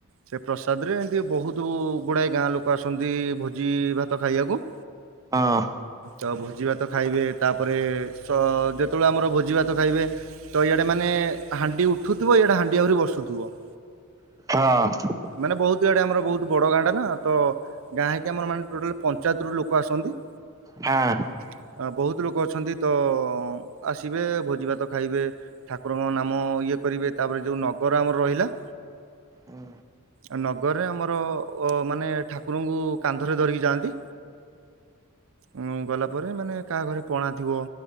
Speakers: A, on the right (about 65°); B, on the right (about 15°).
A: ସେ ପ୍ରସାଦ ରେ ଏମିତି ବହୁତ ଗୁଡାଏ ଗାଁ ଲୋକ ଆସନ୍ତି ଭୋଜି ଭାତ ଖାଇବାକୁ।
B: ହଁ।
A: ତ ଭୋଜି ଭାତ ଖାଇବେ ତାପରେ ଯେତେବେଳେ ଆମର ଭୋଜି ଭାତ ଖାଇବେ ତ ଇଆଡେ ମାନେ ହାଣ୍ଡି ଉଠୁଥିବ ଇଆଡେ ହାଣ୍ଡି ଆହୁରି ବସୁଥିବ।
B: ହଁ।
A: ମାନେ ବହୁତ ଇଆଡେ ଆମର ବହୁତ ବଡ ଗାଁଟା ନା ତ ଗାଁ ହେଇକି ଆମର ମାନେ ଟୋଟାଲ ପଞ୍ଚାୟତରୁୁ ଲୋକ ଆସନ୍ତି।
B: ହାଁ।
A: ହୁଁ, ବହୁତ ଲୋକ ଅଛନ୍ତି ତ ଆସିବେ ଭୋଜି ଭାତ ଖାଇବେ ଠାକୁରଙ୍କ ନାମ ଇଏ କରିବେ ତାପରେ ଯୋଉ ନଗର ଆମର ରହିଲା
B: ହୁଁ।
A: ଆଉ ନଗରରେ ଆମର ଅ ମାନେ ଠାକୁରଙ୍କୁ କାନ୍ଧରେ ଧରିକି ଯାଆନ୍ତି। ହୁଁ, ଗଲା ପରେ ମାନେ କାହା ଘରେ ପଣା ଥିବ